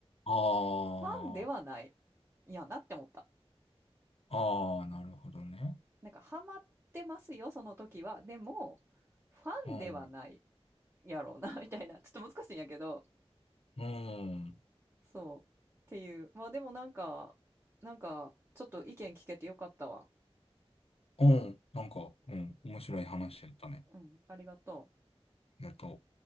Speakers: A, on the left; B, on the right.
A: あ
B: ファンではない、いやなって思った。
A: あああなるほどね。
B: なんか、ハマってますよ、その時は。でも、ファンではない
A: うん、
B: やろうな、みたいな。ちょっと難しいんやけど、
A: うん、
B: そう。っていう。まあでもなんか、なんか、ちょっと意見聞けてよかったわ。
A: うん、なんか、うん、面白い話やったね。
B: うん。うん。ありがとう。
A: ありがとう。